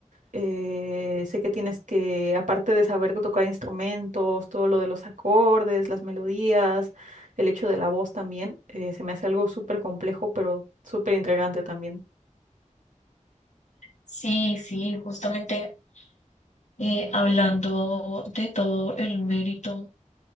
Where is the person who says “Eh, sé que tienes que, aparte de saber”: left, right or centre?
Right